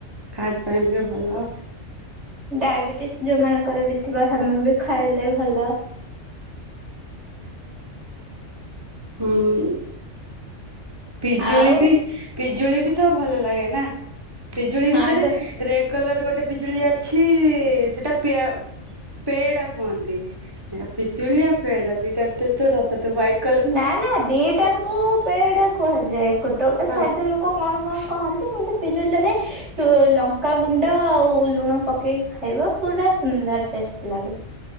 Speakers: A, on the right; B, on the right.
A: ହାର୍ଟ ପାଇଁ ବି ଭଲ।
B: ଡାଇବେଟିସ୍ ଯୋଉମାନଙ୍କର ବି ଥିବ ସେମାନେ ବି ଖାଇଲେ ଭଲ। <unintelligible>
A: ହୁଁ ପିଜୁଳି
B: ଆଉ
A: ବି ପିଜୁଳି ବି ତ ଭଲ ଲାଗେନା। ପିଜୁଳି
B: ହଁ
A: ଭିତରେ
B: ତ
A: ରେଡ କଲର ଗୋଟେ ପିଜୁଳି ଅଛି ସେଟା ପିଆ ପେଡା କୁହନ୍ତି ପିଜୁଳି ଆ ପେଡା ଦିଟା ଭିତରେ ତର ହାଇଟ୍
B: ନା ନା ଦିଟାଙ୍କୁ ପେଡା କୁହାଯାଏ। ଗୋଟେ ଗୋଟେ
A: ହଁ
B: ସାଇଟରେ ଲୋକ କ କଣ କଣ କହନ୍ତି କିନ୍ତୁ ପିଜୁଳିଟାରେ ସେ ଲଙ୍କାଗୁଣ୍ଡ ଆଉ ଲୁଣ ପକେଇକି ଖାଇବା ପୁରା ସୁନ୍ଦର ଟେଷ୍ଟ ଲାଗେ।